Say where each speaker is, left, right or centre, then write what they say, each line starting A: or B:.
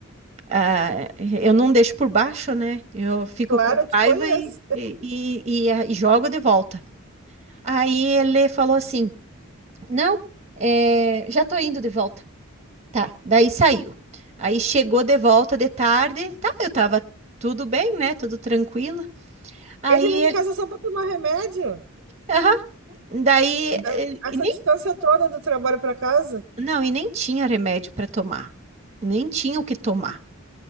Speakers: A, on the right (about 30°); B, on the right (about 55°).
A: Ah, eu não deixo por baixo, né? Eu fico
B: Claro,
A: com
B: eu te
A: raiva
B: conheço.
A: e, e, e, e jogo de volta. Aí ele falou assim: Não, é, já tô indo de volta. Tá, daí saiu. Aí chegou de volta de tarde, tá? Eu tava tudo bem, né? Tudo tranquilo. Aí
B: Ele vem
A: ele,
B: em casa só para tomar remédio?
A: aham, daí,
B: Da-
A: ele-
B: essa
A: e nem,
B: distância toda do trabalho para casa?
A: não, e nem tinha remédio para tomar, nem tinha o que tomar.